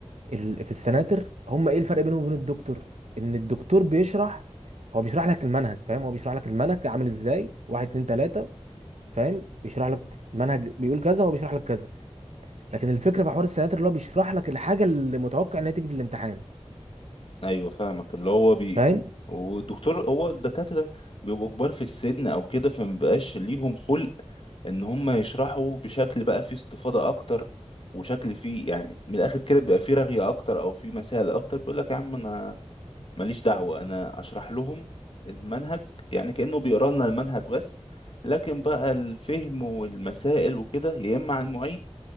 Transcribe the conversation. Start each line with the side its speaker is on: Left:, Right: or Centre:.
Right: ال- في السناتر هم ايه الفرق بينهم وبين الدكتور ان الدكتور بيشرح هو بيشرح لك المنهج فاهم هو بيشرح لك المنهج عامل ازاي واحد اتنين تلاته فاهم بيشرح لك المنهج بيقول كذا هو بيشرح لك كذا لكن الفكره في حوار السناتر اللي هو بيشرح لك الحاجه اللي متوقع انها تيجي في الامتحان
Left: ايوه فاهمك اللي هو بي
Right: فاهم
Left: و- والدكتور هو الدكاترة بيبقوا كبار في السن او كده فمبقاش ليهم خلق ان هم يشرحوا بشكل بقى فيه استفاضة اكتر وشكل فيه يعني من الاخر كده بيبقى فيه رغية اكتر او فيه مسائل اكتر بيقول لك يا عم انا ماليش دعوة انا اشرح لهم المنهج يعني كأنه بيقرا لنا المنهج بس لكن بقى الفهم والمسائل وكده يا اما على المعيد